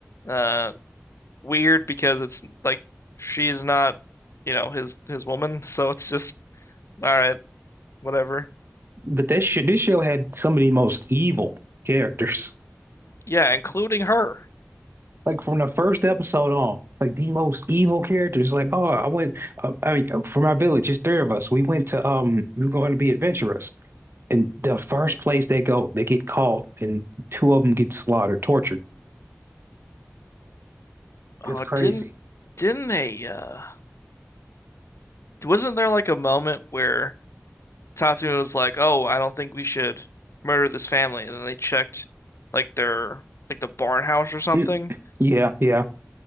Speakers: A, on the left; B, on the right.
A: uh weird because it's like she's not, you know, his his woman, <laughs> so it's just all right, whatever.
B: But that shit, this show had some of the most evil characters.
A: Yeah, including her.
B: Like from the first episode on, like the most evil characters. Like, oh, I went, uh, I mean, uh, for my village, it's three of us. We went to, um, we were going to be adventurous. And the first place they go, they get caught, and two of them get slaughtered, tortured.
A: Oh,
B: That's crazy.
A: didn't didn't they uh wasn't there like a moment where Tatsumi was like, "Oh, I don't think we should murder this family." And then they checked like their like the barn house or something.
B: Mm, yeah, yeah.